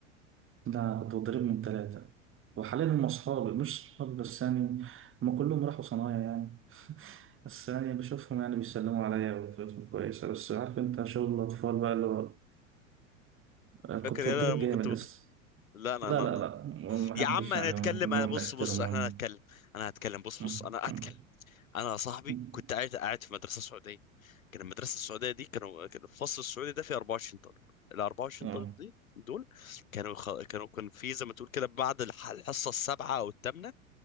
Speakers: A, on the right (about 30°); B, on the left (about 70°).
A: لا كنت بتضرب من ثلاثة وحاليا هم أصحابي مش صحابي بس يعني هم كلهم راحوا صنايع يعني بس يعني بشوفهم يعني بيسلموا عليا وطريقتهم كويسة بس عارف أنت شغل الأطفال بقى اللي هو آه، كنت
B: فاكر ايه
A: بتضرب
B: أنا لما
A: جامد
B: كنت بتضرب
A: بس
B: لا لا
A: لا
B: لا
A: لا لا محدش
B: يا عم هنتكلم
A: يعني كلهم
B: انا بص
A: بيحترموني
B: بص احنا هنتكلم انا هتكلم بص
A: م-
B: بص انا هتكلم
A: م-
B: انا يا صاحبي
A: م.
B: كنت قاعد قاعد في مدرسه سعوديه كان المدرسه السعوديه دي كانوا كان الفصل السعودي ده فيه 24 طالب ال 24
A: آه.
B: طالب دي دول كانوا خ... كانوا كان في زي ما تقول كده بعد الح- الحصه السابعه او الثامنه